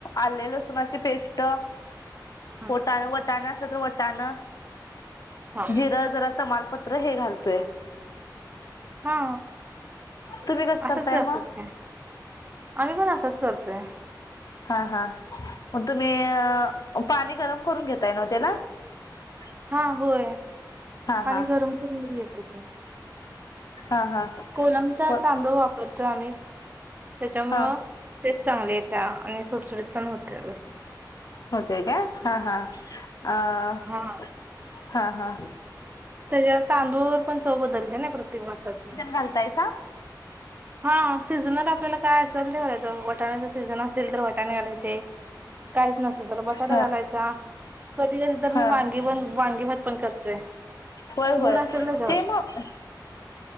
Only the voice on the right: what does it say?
हा
हा.
हा
असंच
करतात
का. आम्ही पण असाच करतोय
हा होय
पाणी
गरम करून घेतेत नी
कोलमचा
तांदू वापरतो, आम्ही त्याच्यामुळं
तेच चांगलेत त्या आणि सुटसुडीत पण होतोय बस
हा
त्याच्या तांदूळ पण चव बदलते ना प्रत्येक भाताची
हा सीझनल आपल्याला काय असेल ते घालायचं, वटाणाच सीझन असेल तर वटाणे घालायचे काहीच नसल तरला बटाटा
घालायचा कधी कधी तर मी
वांगी पण वांगी भत पण करतोय.
मूड असेल त्याच्यावर.